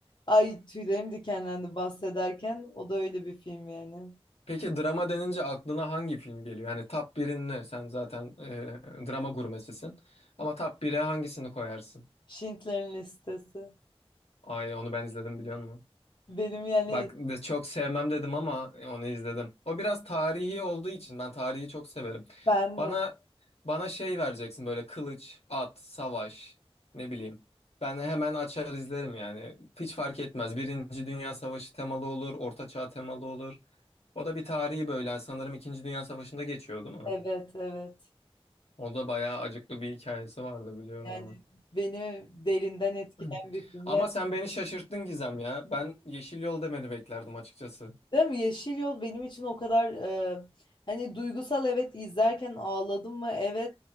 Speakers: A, on the left; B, on the left.
A: Ay tüylerim dikenlendi bahsederken. O da öyle bir film yani.
B: Peki drama denince aklına hangi film geliyor? Hani top 1'in ne? Sen zaten e, drama gurmesisin. Ama top 1'e hangisini koyarsın?
A: Schindler'in Listesi.
B: Ay onu ben izledim biliyor musun?
A: Benim yani
B: Bak de çok sevmem dedim ama onu izledim. O biraz tarihi olduğu için ben tarihi çok severim.
A: ben
B: Bana
A: de
B: bana şey vereceksin böyle kılıç, at, savaş ne bileyim. Ben hemen açar izlerim yani. Hiç fark etmez. Birinci Dünya Savaşı temalı olur, Orta Çağ temalı olur. O da bir tarihi böyle sanırım İkinci Dünya Savaşı'nda geçiyor değil mi?
A: evet evet.
B: O da bayağı acıklı bir hikayesi vardı biliyorum
A: Yani
B: onu.
A: beni derinden etkileyen
B: <clears throat>
A: bir film.
B: Ama
A: Yani
B: sen beni şaşırttın Gizem ya. Ben Yeşil Yol demeni beklerdim açıkçası.
A: Değil mi? Yeşil Yol benim için o kadar e, hani duygusal evet izlerken ağladım mı evet